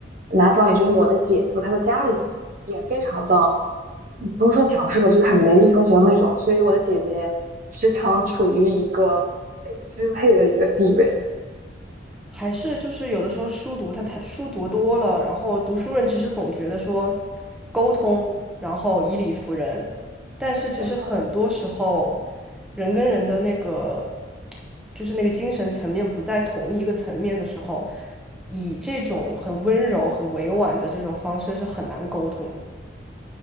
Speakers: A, on the right; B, in the centre.
A: 男方，也就是我的姐夫，他的家里人也非常的，嗯不用说强势吧，就是很雷厉风行的那种。所以我的姐姐时常处于一个被支配的一个地位。
B: 还是就是有的时候书读他他书读多了，然后读书人其实总觉得说沟通，然后以理服人，但是其实很多时候
A: 对。
B: 人跟人的那个就是那个精神层面不在同一个层面的时候，以这种很温柔、很委婉的这种方式是很难沟通的。